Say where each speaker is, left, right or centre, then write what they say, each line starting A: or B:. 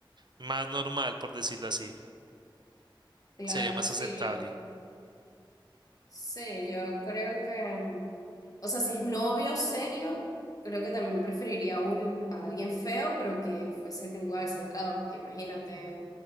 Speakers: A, on the right (about 55°); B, on the left (about 40°).
A: más normal, por decirlo así.
B: Claro,
A: Sería más
B: sí,
A: aceptable.
B: yo, sí, yo creo que, mm, o sea, si es novio serio, creo que también preferiría un, a alguien feo, pero que fuese tan igual centrado, porque imagínate